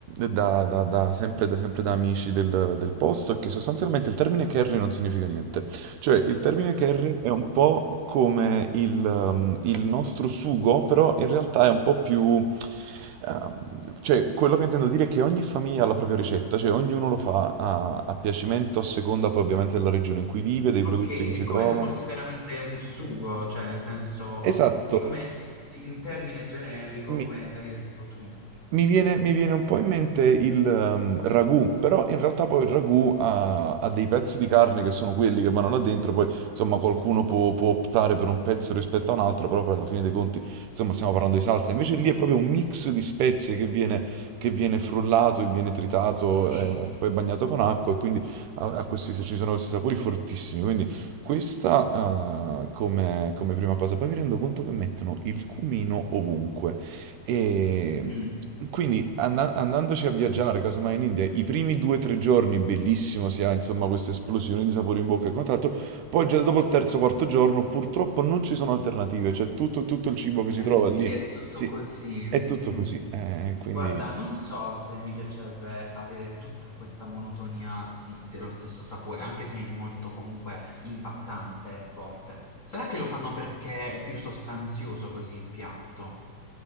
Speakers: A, on the right; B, on the left.
A: da, da- da- sempre, da, sempre da amici del, del posto è che sostanzialmente il termine carry non significa niente. Cioè, il termine carry è un po' come il, ehm, il nostro sugo, però in realtà è un po' più... ehm, cioè, quello che intendo dire è che ogni famiglia ha la propria ricetta, cioè ognuno lo fa a, a piacimento, a seconda poi ovviamente della regione in cui vive, dei prodotti
B: Ok,
A: che si
B: è come
A: trovano.
B: se fosse veramente un sugo, cioè nel senso,
A: Esatto.
B: è come sì, un termine generico,
A: Mi-
B: come hai detto tu.
A: Mi viene, mi viene un po' in mente il ehm, ragù, però in realtà poi il ragù ha, ha dei pezzi di carne che sono quelli che vanno là dentro, poi insomma qualcuno può, può optare per un pezzo rispetto a un altro, però poi alla fine dei conti insomma stiamo parlando di salsa, invece lì è proprio un mix di spezie che viene, che viene frullato e viene tritato,
B: Sì.
A: eh, poi bagnato con acqua e quindi ha, ha questi, ci sono questi sapori fortissimi, quindi questa eh, come, come prima cosa, poi mi rendo conto che mettono il cumino ovunque. E
B: Mm,
A: quindi anna- andandoci a viaggiare, casomai in India, i primi due o tre giorni bellissimo, si ha insomma questa esplosione di sapore in bocca e quant'altro, poi già dopo il terzo o quarto giorno purtroppo non ci sono alternative, cioè tutto, tutto il cibo che si
B: eh
A: trova
B: sì,
A: lì,
B: è tutto
A: sì,
B: così.
A: è tutto
B: Mm.
A: così, eh, quindi...
B: Guarda, non so se mi piacerebbe avere tutta questa monotonia di- dello stesso sapore, anche se è molto comunque impattante e forte. Sarà che lo fanno perché è più sostanzioso così il piatto?